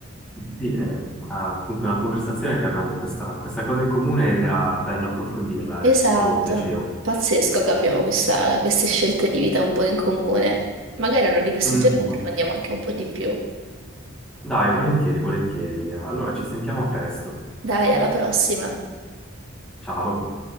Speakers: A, in the centre; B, on the right.
A: sì, è appunto una conversazione che abbiamo questa, questa cosa in comune ed era bello approfondirla,
B: Esatto,
A: è stato piacevole.
B: pazzesco che abbiamo questa- queste scelte di vita un po' in comune. Magari uno di questi
A: Mm,
B: giorni
A: mm.
B: approfondiamo anche un po' di più.
A: Dai, volentieri, volentieri. Allora ci sentiamo presto.
B: Dai, alla prossima.
A: Ciao.